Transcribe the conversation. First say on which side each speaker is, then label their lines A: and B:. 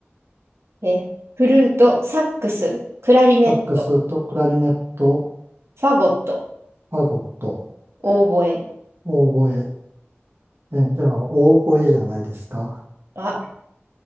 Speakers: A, on the right; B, on the right.
A: えーフルート、サックス、クラリネット、
B: サックスとクラリネット、
A: ファゴット、
B: ファゴット、
A: オーボエ。
B: オーボエ。え、では、オーボエじゃないですか。
A: あ、